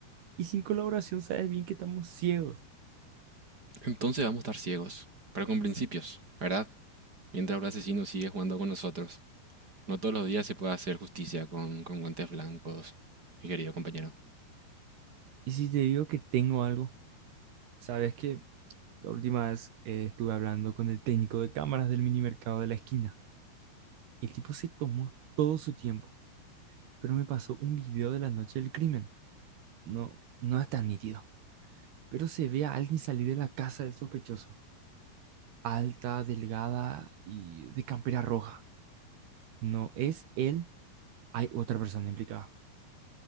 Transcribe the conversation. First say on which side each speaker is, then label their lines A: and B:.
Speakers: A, on the right (about 70°); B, on the right (about 25°).
A: Y sin colaboración sabes bien que estamos ciegos.
B: Entonces vamos a estar ciegos, pero con principios, ¿verdad? Mientras el asesino sigue jugando con nosotros. No todos los días se puede hacer justicia con, con guantes blancos, mi querido compañero.
A: Y si te digo que tengo algo, sabes que la última vez eh, estuve hablando con el técnico de cámaras del mini mercado de la esquina. El tipo se tomó todo su tiempo, pero me pasó un video de la noche del crimen. No, no es tan nítido. Pero se ve a alguien salir de la casa del sospechoso. Alta, delgada y de campera roja. No es él, hay otra persona implicada.